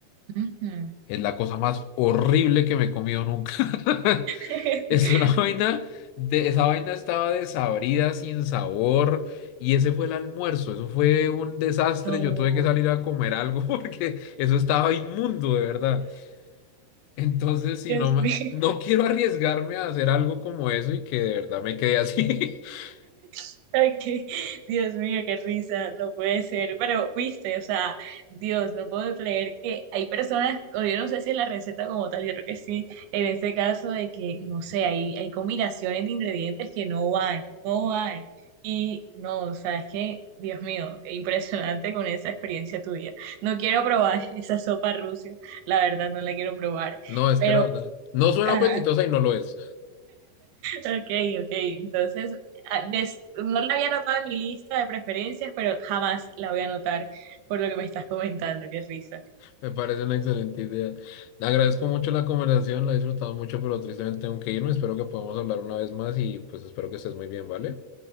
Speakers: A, on the right; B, on the left.
A: Ujú.
B: Es la cosa más horrible que me he comido nunca. <laughs>
A: <laughs>
B: Es una vaina de, esa vaina estaba desabrida, sin sabor, y ese fue el almuerzo. Eso fue un desastre.
A: No,
B: Yo tuve que salir a comer algo <laughs> porque eso estaba inmundo, de verdad. Entonces, si
A: Dios
B: no me-
A: mío,
B: no quiero arriesgarme a hacer algo como eso y que de verdad me quede así. <laughs>
A: <laughs> ok, Dios mío, qué risa, no puede ser, pero viste, o sea, Dios, no puedo creer que hay personas, o yo no sé si en la receta como tal, yo creo que sí, en este caso de que, no sé, hay, hay combinaciones de ingredientes que no van, no van, y no, o sea, es que, Dios mío, impresionante con esa experiencia tuya, no quiero probar <laughs> esa sopa rusa, la verdad no la quiero probar,
B: No, es
A: pero...
B: que la verdad, no suena
A: ajá.
B: apetitosa y no lo es.
A: Ok, ok. Entonces, a- des- no la había anotado en mi lista de preferencias, pero jamás la voy a anotar por lo que me estás comentando. Qué risa.
B: Me parece una excelente idea. Le agradezco mucho la conversación, la he disfrutado mucho, pero tristemente tengo que irme. Espero que podamos hablar una vez más y pues espero que estés muy bien, ¿vale?